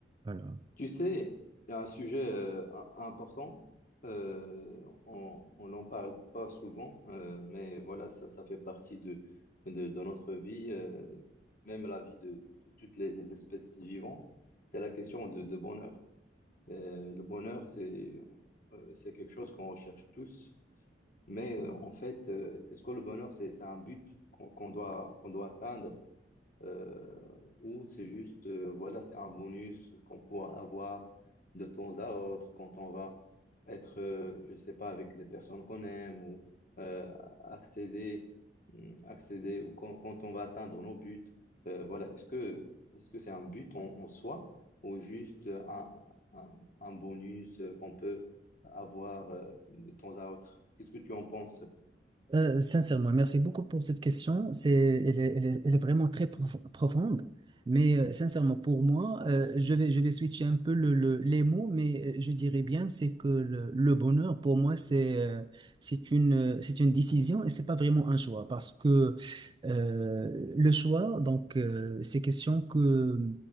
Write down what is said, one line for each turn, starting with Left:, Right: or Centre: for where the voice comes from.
Right: Voilà.
Left: Tu sais, il y a un sujet euh, im- important, euh, on on n'en parle pas souvent, euh, mais voilà, ça, ça fait partie de, de, de notre vie, euh, même la vie de, de toutes les, les espèces vivantes, c'est la question de, de bonheur. Euh, le bonheur, c'est euh, c'est quelque chose qu'on recherche tous, mais euh, en fait, euh, est-ce que le bonheur, c'est, c'est un but qu'on qu'on doit, qu'on doit atteindre? euh, ou c'est juste, euh, voilà, c'est un bonus qu'on pourra avoir de temps à autre quand on va être, euh, je sais pas, avec des personnes qu'on aime ou euh, accéder, hum, accéder quand, quand on va atteindre nos buts. Euh, voilà, est-ce que, est-ce que c'est un but en, en soi ou juste un, un, un bonus qu'on peut avoir euh, de temps à autre? Qu'est-ce que tu en penses?
Right: Euh, sincèrement, merci beaucoup pour cette question. C'est, elle est, elle est- elle est vraiment très prof- profonde. Mais euh, sincèrement, pour moi, euh, je vais, je vais switcher un peu le, le- les mots, mais euh, je dirais bien, c'est que le, le bonheur, pour moi, c'est, euh, c'est une, euh, c'est une décision et c'est pas vraiment un choix. Parce que euh, le choix, donc, euh, c'est question que